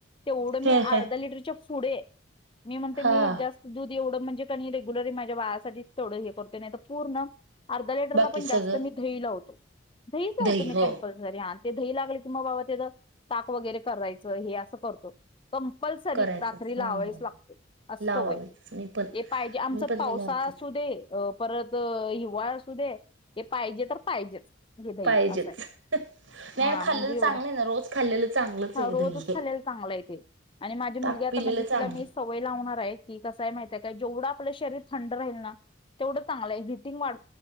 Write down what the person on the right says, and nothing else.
हं हं.
हा
बाकी
सगळं
दही
हो
करायचंच
ह
ह.
लावावेच
मी पण
मी पण
ते लावतेच
पाहिजेच.
नाही
खाल्लेलं
चांगलं
आहे ना. रोज खाल्लेलं चांगलंच
आहे दही हे.
ताक
पिलेलं
चांगलं
आहे.